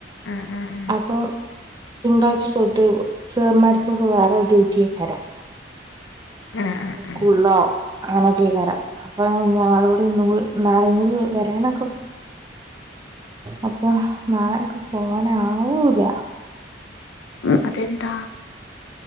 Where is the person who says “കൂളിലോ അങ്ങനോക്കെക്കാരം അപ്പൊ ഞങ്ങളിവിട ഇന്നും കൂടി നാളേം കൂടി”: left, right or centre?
Right